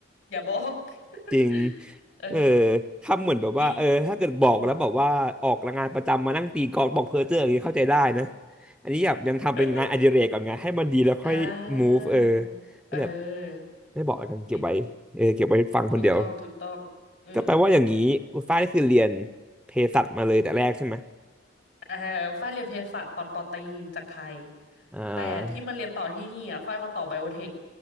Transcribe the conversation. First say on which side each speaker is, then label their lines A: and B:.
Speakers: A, on the left; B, in the centre.
A: อย่าบอก
B: จริง
A: <laughs> เออ
B: เออทำเหมือนแบบว่าเออถ้าเกิดบอกแล้วบอกว่าออกงานประจำมานั่งตีกลองบอกเพ้อเจ้ออย่างนี้เข้าใจได้นะ
A: ยิ่งอืม
B: อันนี้แบบยังทำเป็นงานอดิเรกก่อนไงให้มันดีแล้วค่อย
A: <laughs> อ่า
B: move เออก็แบบ
A: เออ
B: ไม่บอกแล้วกันเก็บไว้เออเก็บไว้ฟังคนเดียว
A: จริงถูกต้องถูกต้องอืม
B: ก็แปลว่าอย่างนี้อุลฟ้านี่คือเรียนเภสัชมาเลยแต่แรกใช่ไหม
A: เออฝ้ายเรียนเภสัชตอนปอตรีจากไทย
B: อ่า
A: แต่ที่มาเรียนต่อที่นี่อ่ะฝ้ายมาต่อไบโอเทค